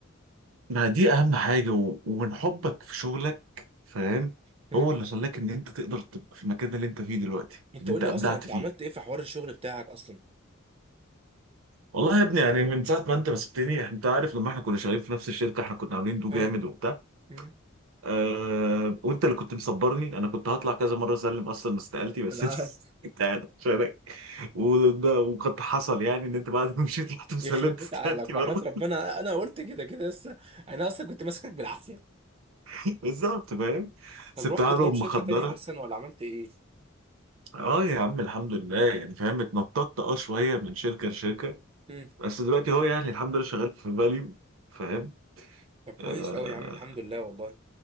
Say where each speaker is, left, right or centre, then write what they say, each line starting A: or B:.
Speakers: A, on the right (about 80°); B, on the right (about 25°).
A: ما دي اهم حاجه و... ومن حبك في شغلك فاهم
B: مم.
A: هو اللي خلاك ان انت تقدر تبقى في المكان اللي انت فيه دلوقتي
B: انت
A: اللي
B: قول
A: انت
B: لي
A: ابدعت
B: اصلا انت
A: فيه
B: عملت ايه في حوار الشغل بتاعك اصلا
A: والله يا ابني يعني من ساعه ما انت ما سبتني انت عارف لما احنا كنا شغالين في نفس الشركه احنا كنا عاملين دو
B: فاهم
A: جامد وبتاع
B: مم.
A: أه وانت اللي كنت مصبرني انا كنت هطلع كذا مره اسلم اصلا استقالتي بس
B: انا
A: انت
B: عارف
A: <laughs> انت قاعد عشانك وده وقد حصل يعني ان انت بعد ما مشيت رحت وسلمت
B: يخرب بيت
A: استقالتي
B: عقلك
A: برضه
B: وحياة ربنا انا قلت كده كده لسه انا اصلا كنت ماسكك بالعافيه
A: <laughs> بالظبط فاهم
B: طب
A: سبتها
B: رحت طيب
A: لهم
B: شركه
A: مخدره
B: تانية احسن ولا عملت ايه
A: اه يا عم الحمد لله يعني فاهم اتنططت اه شويه من شركه لشركه
B: امم
A: بس دلوقتي هو يعني الحمد لله شغال في فاليو فاهم
B: طب كويس
A: أه
B: قوي يا عم الحمد لله والله